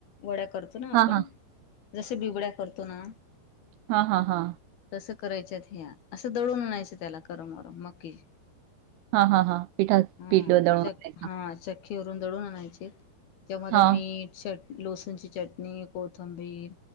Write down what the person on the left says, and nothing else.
वड्या करतो ना आपण
जस बिबड्या करतो ना
तसं करायच्यात ह्या असं दळून आणयचं त्याला करमर मकी
हा
चक हा चक्की वरून दळून आणायचं. त्याच्यामध्ये
मीठ लोसणची चटणी कोथंबीर